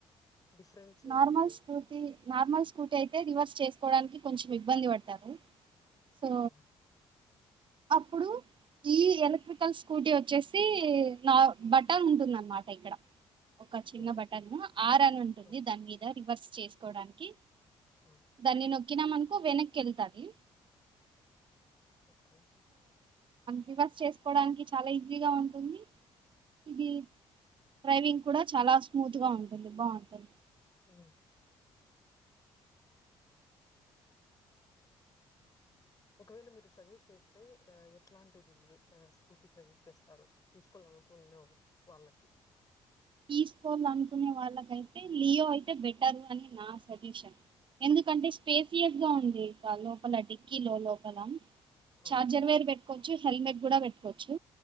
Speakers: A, on the left (about 30°); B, on the right (about 40°).
A: డిఫరెన్స్
B: నార్మల్
A: ఏముంది?
B: స్కూటీ నార్మల్ స్కూ అయితే రివర్స్ చేసుకోవడానికి కొంచెం ఇబ్బంది పడతారు సో
A: ఆ!
B: అప్పుడు ఈ ఎలక్ట్రికల్ స్కూటీ వచ్చేసి నా బట్ట ఉంటుంద అన్నమాట ఇక్కడ ఒక
A: ఓకే.
B: చిన్న బటన్ ఆర్ అని ఉంటుంది
A: ఆ!
B: దాని మీద రివర్స్ చేసుకోడానికి
A: ఆ!
B: దాన్ని నొక్కినా మనకు వెనక్కి వెళ్తంది
A: ఓకే
B: రివర్స్ చేసుకోవడానికి చాలా ఈజీగా ఉంటుంది ఇది డ్రైవింగ్ కూడా చాలా స్మూత్ గా ఉంటుంది బాగుంటుంది
A: హ ఒకవేళ మీరు సజెస్ట్ చేస్తే ఎట్లాంటిది స్కూతి సజెస్ చేస్తారు తీసుక ండ వాళ్ళకి
B: <unintelligible> తీసుకోవాలనుకునే వాళ్ళకైతే లియో అయితే బెటరు అని నా సజెషన్ ఎందుకంటే స్పేసియస్ గా ఉంది ఇక లోపల డిక్కీ లో లోపల
A: ఆ!
B: చార్జర్ వేరు పెట్టుకోవచ్చు హెల్మెట్ కూడా పెట్టుకోవచ్చు